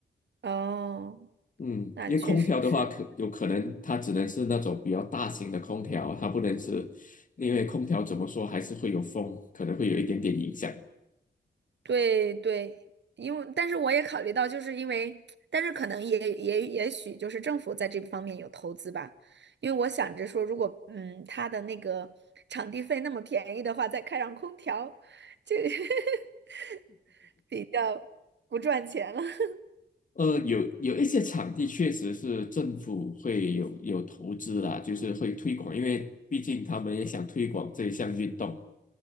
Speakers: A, on the right; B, on the left.
A: 哦，
B: 嗯，
A: 那确实是。
B: 因为空调的话，可有可能它只能是那种比较大型的空调，它不能是，因为空调怎么说还是会有风，可能会有一点点影响。
A: 对对，因为但是我也考虑到，就是因为，但是可能也也也许就是政府在这方面有投资吧，因为我想着说，如果嗯他的那个场地费那么便宜的话，再开上空调，就 <laughs> 比较不赚钱了。<laughs>
B: 呃，有有一些场地确实是政府会有有投资啦，就是会推广，因为毕竟他们也想推广这项运动。